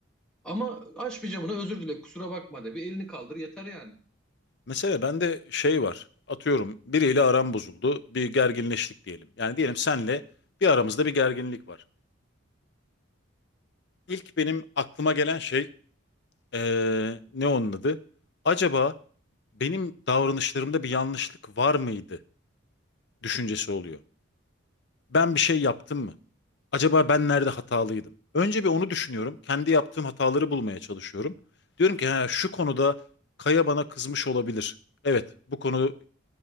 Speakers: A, in the centre; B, on the left.
A: Ama aç bir camını özür dile, kusura bakma de. Bir elini kaldır yeter yani.
B: Mesela bende şey var. Atıyorum biriyle aram bozuldu. Bir gerginleştik diyelim. Yani diyelim senle bir aramızda bir gerginlik var. İlk benim aklıma gelen şey eee, ne onun adı? Acaba benim davranışlarımda bir yanlışlık var mıydı düşüncesi oluyor. Ben bir şey yaptım mı? Acaba ben nerede hatalıydım? Önce bir onu düşünüyorum. Kendi yaptığım hataları bulmaya çalışıyorum. Diyorum ki ha, şu konuda Kaya bana kızmış olabilir. Evet, bu konuda